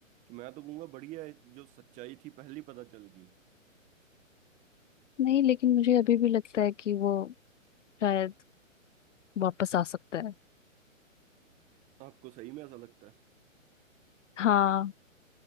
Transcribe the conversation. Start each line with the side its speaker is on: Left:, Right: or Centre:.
Right: कि मैं तो कहूंगा बढ़िया है जो सच्चाई थी पहली पता चल गई
Left: नहीं लेकिन मुझे अभी भी लगता है कि वो शायद वापस आ सकता है
Right: आपको सही में ऐसा लगता है
Left: हाँ